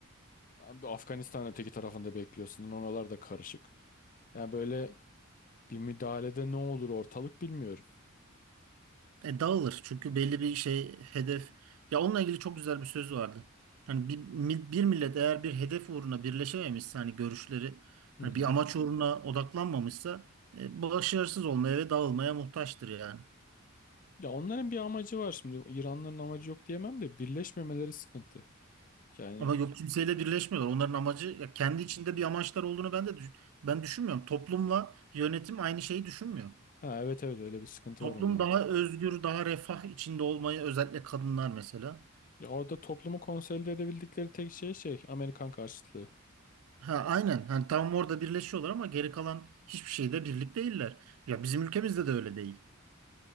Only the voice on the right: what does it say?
E, dağılır çünkü belli bir şey hedef. Ya onunla ilgili çok güzel bir söz vardı. Hani bir, mi- bir millet eğer bir hedef uğruna birleşememişse hani görüşleri
hani
bir amaç uğruna odaklanmamışsa e, başarısız olmaya ve dağılmaya muhtaçtır yani.
Ama yok kimseyle birleşmiyorlar. Onların amacı ya kendi içinde bir amaçlar olduğunu ben de düş- ben düşünmüyorum. Toplumla yönetim aynı şeyi düşünmüyor.
Toplum
daha özgür, daha refah içinde olmayı özellikle kadınlar mesela.
Ha, aynen. Hani tam orada birleşiyorlar ama geri kalan hiçbir şeyde birlik değiller. Ya bizim ülkemizde de öyle değil.